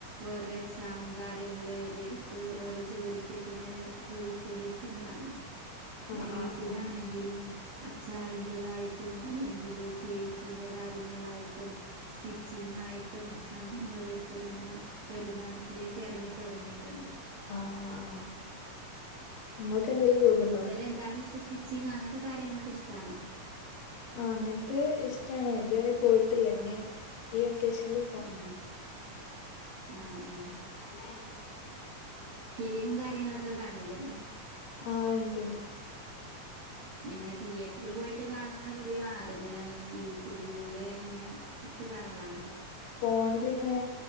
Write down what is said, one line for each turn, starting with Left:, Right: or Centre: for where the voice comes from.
Right: ഓരോ എക്സാമും കാര്യങ്ങളും എഴുതിയെടുത്ത് ഓരോ ജോലിക്കൊക്കെ ഇങ്ങനെ പോയിക്കൊണ്ടിരിക്കുന്ന കാലമാ പിന്നെ
Left: ആഹ് ആഹ്
Right: വീട്ടിലാണെങ്കിലും
Left: ആഹ് ആഹ് ആഹ്
Right: അച്ചാറിന്റെതായിട്ടും അല്ലെങ്കില് കേക്കിന്റെ കാര്യങ്ങളായിട്ടും സ്റ്റിച്ചിങ്ങ് ആയിട്ടും അങ്ങനെ ഓരോരുത്തര് ഇങ്ങനെ വരുമാനത്തിലേക്ക് ഇറങ്ങിത്തുടങ്ങിയിട്ടുണ്ട്
Left: ആഹ് ആഹ് ആഹ് നിങ്ങൾക്ക് എന്തേലും ജോബുണ്ടോ
Right: കൂടുതല് എന്താണ് ഇഷ്ടം സ്റ്റിച്ചിങ് അങ്ങനത്തെ കാര്യങ്ങളൊക്കെ ഇഷ്ടാണോ
Left: ആഹ് അങ്ങനത്തെ ഇഷ്ടാണ് ഇതുവരെ പോയിട്ടില്ല ഇനി ഈ വെക്കേന്ല്
Right: ആഹ് ആഹ് ആഹ്
Left: <unintelligible>
Right: ഫിലിമും കാര്യങ്ങളൊക്കെ കാണലുണ്ടോ
Left: ആഹ് ഇണ്ട് ഇണ്ട്
Right: ഇങ്ങനെ തിയേറ്ററില് പോയി ഇട്ട് കാണുന്നത് പതിവാണോ അതിങ്ങനെ യൂട്യൂബിലൂടെ ഇങ്ങനെ എടുത്ത് കാണലാണോ
Left: ഫോണിലിങ്ങനെ